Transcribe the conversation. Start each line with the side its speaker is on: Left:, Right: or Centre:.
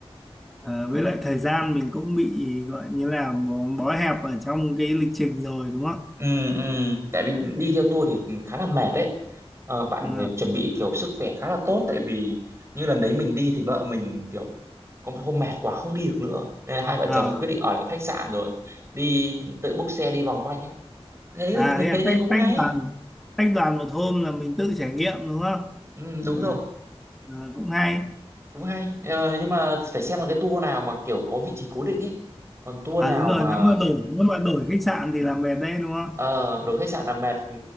Centre: Ờ, với lại thời gian mình cũng bị gọi như là bó, bó hẹp ở trong cái lịch trình rồi đúng không?
Right: ừ, ừ. tại vì đi theo tour thì khá là mệt đấy Ờ, bạn
Centre: Đúng rồi.
Right: phải chuẩn bị kiểu sức khỏe khá là tốt tại vì như lần đấy mình đi thì vợ mình kiểu có một hôm mệt quá không đi được nữa nên là hai vợ
Centre: Ờ.
Right: chồng đã quyết định ở lại khách sạn rồi đi tự book xe đi vòng quanh ấy thế
Centre: à
Right: là mình
Centre: thế
Right: thấy
Centre: là
Right: thế
Centre: tách
Right: cũng
Centre: tách
Right: hay
Centre: đoàn tách đoàn một hôm là mình tự trải nghiệm đúng không?
Right: ừ, đúng
Centre: À,
Right: rồi
Centre: ờ, cũng hay.
Right: cũng hay Ờ, nhưng mà phải xem là cái tour nào mà kiểu có vị trí cố định ý còn tour
Centre: À
Right: nào
Centre: đúng rồi,
Right: mà
Centre: nếu mà đổi nếu mà đổi khách sạn thì là mệt đấy đúng không?
Right: ờ, đổi khách sạn là mệt ừ,